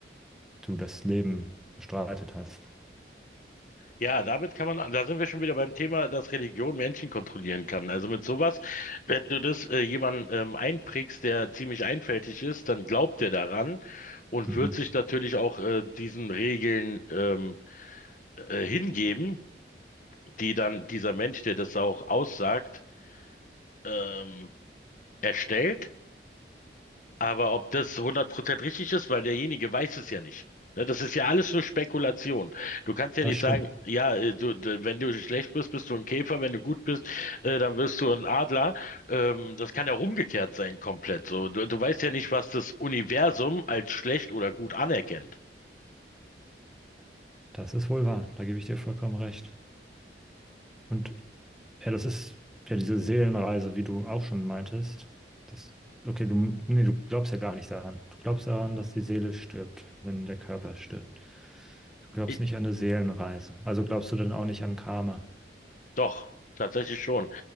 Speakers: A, in the centre; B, on the left.
A: du das Leben bestreitet hast.
B: Ja, damit kann man, da sind wir schon wieder beim Thema, dass Religion Menschen kontrollieren kann. Also mit sowas, wenn du das äh, jemandem ähm, einprägst, der ziemlich einfältig ist, dann glaubt er daran und
A: Mhm.
B: wird sich natürlich auch äh, diesen Regeln ähm, äh, hingeben, die dann dieser Mensch, der das auch aussagt, ähm, erstellt. Aber ob das 100% richtig ist, weil derjenige weiß es ja nicht. Ne, Das ist ja alles nur Spekulation. Du kannst ja
A: Das
B: nicht
A: stimmt.
B: sagen, ja, äh, du, d- wenn du schlecht bist, bist du ein Käfer, wenn du gut bist, äh, dann wirst du ein Adler. Ähm, das kann ja auch umgekehrt sein, komplett. So, du, du weißt ja nicht, was das Universum als schlecht oder gut anerkennt.
A: Das ist wohl wahr. Da gebe ich dir vollkommen recht. Und Ja, das ist ja diese Seelenreise, wie du auch schon meintest. Das, okay, du, nee, du glaubst ja gar nicht daran. Du glaubst daran, dass die Seele stirbt, wenn der Körper stirbt. Du glaubst
B: Ich,
A: nicht an eine Seelenreise. Also glaubst du dann auch nicht an Karma.
B: doch, tatsächlich schon.